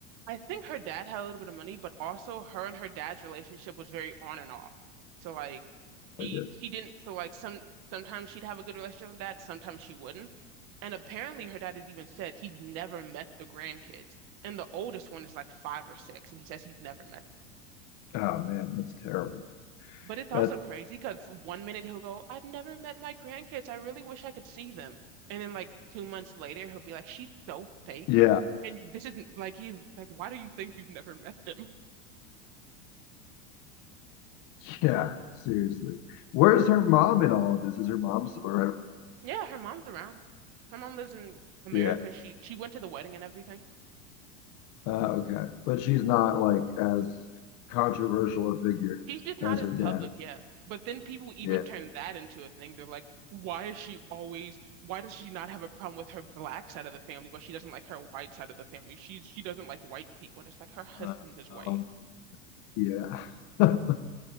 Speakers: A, on the right; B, on the left.
A: I think her dad had a little bit of money, but also her and her dad's relationship was very on and off. So like he
B: Like it,
A: he didn't so like some sometimes she'd have a good relationship with her dad, sometimes she wouldn't. And apparently, her dad has even said he's never met the grandkids. And the oldest one is like five or six, and he says he's never met.
B: oh man, that's terrible.
A: But it's
B: That's
A: also crazy because for one minute he'll go, I've never met my grandkids. I really wish I could see them. And then, like, two months later, he'll be like, She's so fake.
B: yeah.
A: And this isn't like, he's like, Why do you think you've never met them?
B: Yeah, seriously. Where's her mom in all of this? Is her mom still around?
A: Yeah, her mom's around. Her mom lives in America.
B: Yeah.
A: She she went to the wedding and everything.
B: Uh, okay. But she's not like as controversial a figure
A: He's just not
B: as
A: as
B: her dad.
A: public, yeah. But then people even
B: Yeah.
A: turn that into a thing. They're like, why is she always, why does she not have a problem with her black side of the family, but she doesn't like her white side of the family? She's she doesn't like white people, and it's like her husband
B: Uh,
A: is white.
B: oh Yeah. <laughs>